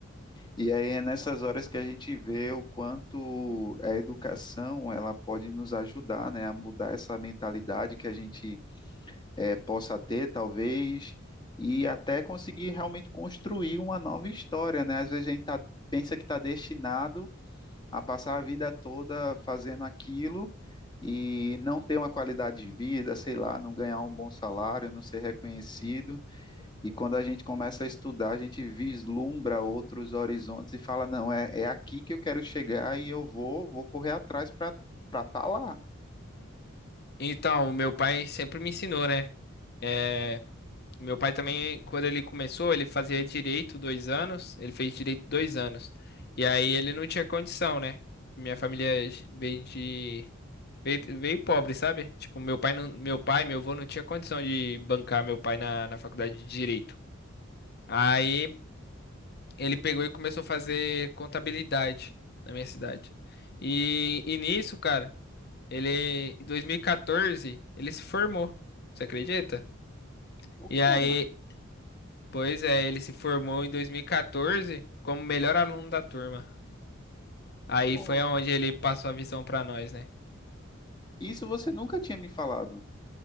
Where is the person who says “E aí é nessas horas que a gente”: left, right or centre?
Left